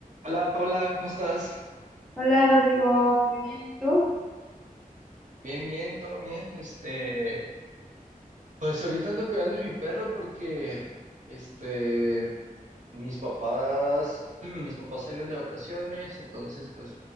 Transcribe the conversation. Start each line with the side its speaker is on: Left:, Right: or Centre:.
Right: Hola Paula, ¿cómo estás?
Centre: Hola Rodrigo, muy bien, ¿y tú?
Right: Bien, bien, todo bien. Este, pues ahorita ando cuidando a mi perro porque este mis papás, <clears throat> mis papás salieron de vacaciones, entonces pues